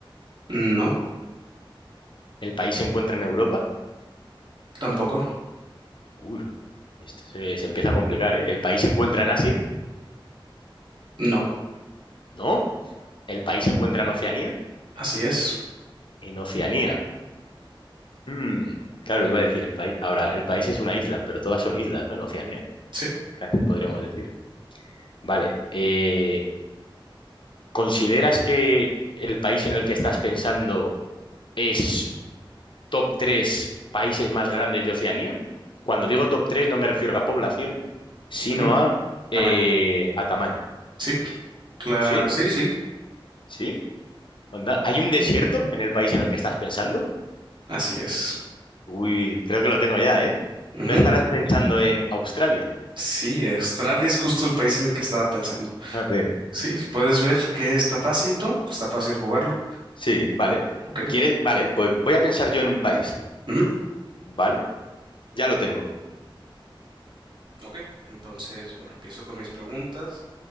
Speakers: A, on the right (about 60°); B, on the left (about 65°).
A: No.
B: ¿El país se encuentra en Europa?
A: Tampoco.
B: Uy, esto se, se empieza a complicar, ¿eh? ¿El país se encuentra en Asia?
A: No.
B: No. ¿El país se encuentra en Oceanía?
A: Así es.
B: En Oceanía. Mm, Claro, iba a decir el país. Ahora, el país es una isla, pero todas son islas, ¿no? En Oceanía.
A: Sí.
B: casi podríamos decir. Vale, eh, ¿consideras que el país en el que estás pensando es top 3 países más grandes de Oceanía? Cuando digo top tres no me refiero a población, sino
A: Ujú.
B: a, eh,
A: Tamaño.
B: a tamaño.
A: Sí. Cla-
B: ¿Sí?
A: Sí, sí.
B: ¿Sí? Onda, ¿Hay un desierto en el país en el que estás pensando?
A: Así es.
B: Uy, creo que lo tengo ya, ¿eh?
A: Ujú.
B: ¿No estarás pensando en Australia?
A: Sí, Australia es
B: Ah,
A: justo el país en el que estaba pensando.
B: fíjate.
A: Sí, puedes ver que está fácil, ¿no? Está fácil jugarlo.
B: Sí, vale.
A: Ok.
B: ¿Quieres? Vale, pues voy a pensar yo en un país.
A: Ujú.
B: ¿Vale? Ya lo tengo.
A: Ok, entonces, bueno, empiezo con mis preguntas.